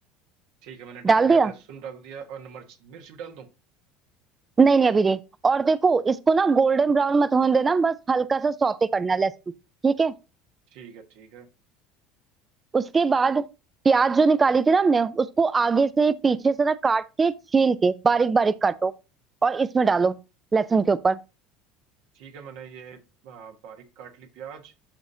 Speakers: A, on the right (about 70°); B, on the right (about 25°).
A: ठीक है मैंने डाल
B: डाल
A: दिया
B: दिया
A: लहसुन डाल दिया और मिर्च मिर्च भी डाल दूँ
B: नहीं नहीं अभी नहीं और देखो इसको ना गोल्डन ब्राउन मत होने देना बस हल्का सा सौते करना है लहसुन को, ठीक है
A: ठीक है ठीक है
B: उसके बाद प्याज जो निकाली थी ना हमने उसको आगे से पीछे से ना काट के छील के बारीक बारीक काटो और इसमें डालो लहसुन के ऊपर
A: ठीक है मैंने ये आ, बारीक काट ली प्याज